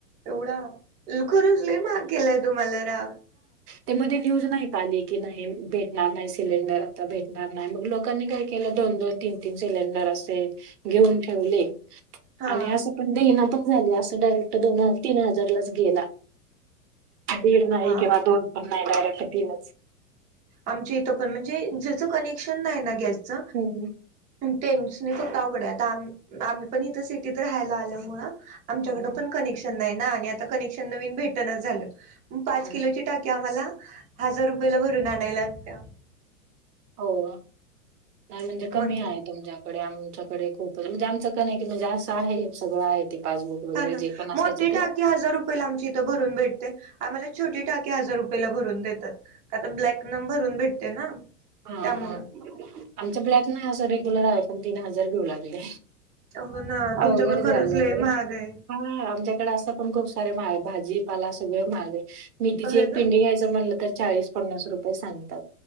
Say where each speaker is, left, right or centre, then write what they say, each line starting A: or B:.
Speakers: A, on the right (about 15°); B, on the right (about 85°).
A: एवढा, खरंच लइ महाग केलाय तुम्हाला राव.
B: तेमध्ये न्यूज नाही आली की नाही भेटणार नाही सिलेंडर आता भेटणार नाही, मग लोकांनी काय केलं? दोन तीन तीन सिलेंडर असे घेऊन ठेवले. आणि
A: हा
B: असं पण देईना खुप झाली असं डायरेक्ट. तो दोन तीन हजारलाच गेला. दीड नाही
A: हा
B: किंवा दोन नाही डायरेक्ट तीनच.
A: आमच्या इथ पण म्हणजे ज्याच कनेक्शन नाही ना गॅसच
B: हम्म
A: तें नाही फक्त अवघड हाय आता, आम्ही पण सिटीत राहायला आल्यामूळ आमच्याकड
B: हम्म
A: पण कनेक्शन नाही. ना आणि आता कनेक्शन नवीन भेटनाच झालं. म पाच
B: हम्म
A: किलोची
B: हम्म
A: टाकी आम्हाला हजार रुपयाला भरून आणायला लागत्या.
B: हो का? नाही म्हणजे कमी
A: मग
B: हाय तुमच्याकडे आमच्याक डे खूपच म्हणजे आमचं का नाही की म्हणजे असं आहे सगळं आहे. ते पासबुक वगैरे
A: हा ना,
B: जे पण असायचं
A: मोठी
B: ते
A: टाकी हजार रुपयला आमची इथं भरून भेटते. आम्हाला छोटी टाकीे हजार रुपयला भरून देतात. का तर ब्लॅक न भरून भेटते ना.
B: हा
A: त्यामुळे
B: हा आमचा ब्लॅक ना असं रेग्युलर हाय, पण तीन हजार घेऊ लागले.
A: हो ना तुमच्याकडे
B: आवघड
A: खरंच
B: झालंय,
A: लय महाग आहे
B: हा आमच्याकडे असं पण खूप सारा भाजीपाला सगळ महागलंय. मेथीची
A: होय
B: एक
A: ना
B: पिंडी घ्यायच म्हणल तर चाळीस, पन्नास रुपये सांगतात.